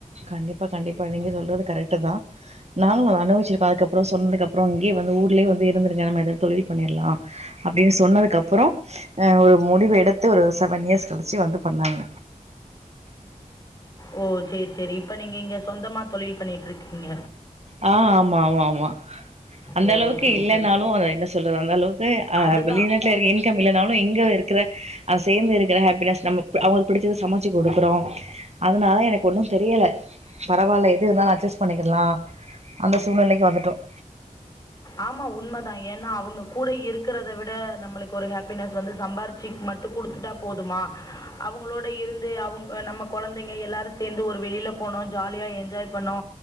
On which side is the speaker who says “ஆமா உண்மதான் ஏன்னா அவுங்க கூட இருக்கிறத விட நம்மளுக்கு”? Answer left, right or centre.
Left